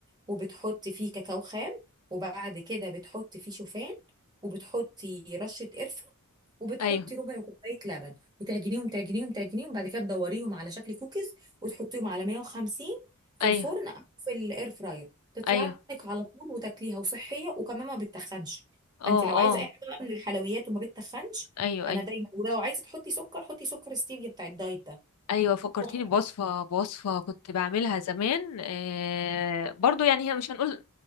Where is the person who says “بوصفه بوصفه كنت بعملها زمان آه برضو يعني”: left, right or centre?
Left